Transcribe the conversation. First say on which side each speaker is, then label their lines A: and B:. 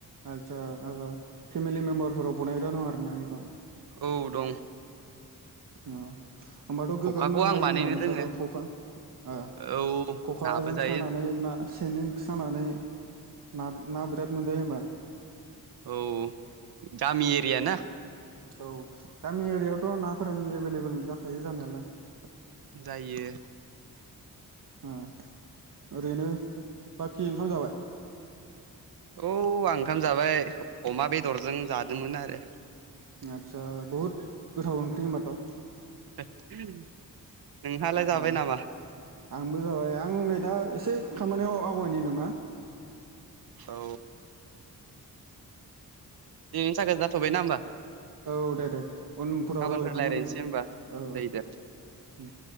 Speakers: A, on the right; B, on the right.
A: आलचसा आंहा फेमिलि मेम्बारफोराव बानायग्रा दं आरो ना एबा?
B: औ दं।
A: अ ओमबाथ' गोगोम
B: खखाखौ
A: ना जायो
B: आं बानायनो
A: होमबा नोंस्राथ'
B: रोङो
A: खखा आ
B: औ
A: खखाजों
B: नाबो जायो
A: सानानै ना सेन सानानै ना ना बिराद मोनजायो ओमबा।
B: औ गामि एरिया ना?
A: औ गामि एरियायावथ' नाफोरनि एभेलेबेल जाखायो जानायालाय।
B: जायो।
A: आ ओरैनो बाखि ओंखाम जाबाय?
B: औ आं ओंखाम जाबाय अमा बेदरजों जादोंमोन आरो
A: आतसा बहुत गोथाव ओंख्रि होमबाथ'।
B: <inaudible> नोंहालाय जाबाय
A: औ
B: नामा
A: आंबो जाबाय आं नै दा एसे खामानियाव आवगायनाय नामा?
B: औ दिनैथाखाय जाथ'बायनाा ओमबा।
A: औ दे दे उनफोराव
B: गाबोनफोर
A: रायलायफिनगोन
B: रायज्लायनोसै
A: दे औ
B: होमबा जायो
A: औ। उम
B: दे